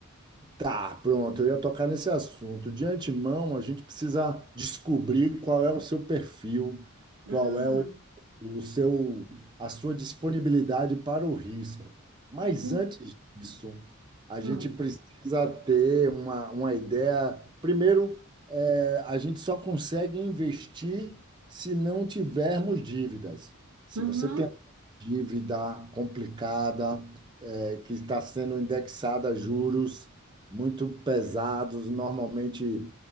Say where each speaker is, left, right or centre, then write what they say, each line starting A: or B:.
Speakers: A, on the right; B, on the right.
A: Tá, pronto, eu ia tocar nesse assunto. De antemão, a gente precisa descobrir qual é o seu perfil,
B: Hum,
A: qual é o, o seu, a sua disponibilidade para o risco. Mas
B: hum,
A: antes disso, a gente
B: hum,
A: precisa ter uma, uma ideia. Primeiro, é, a gente só consegue investir se não tivermos dívidas. Se
B: uhum.
A: você tem dívida complicada, é que está sendo indexada a juros muito pesados, normalmente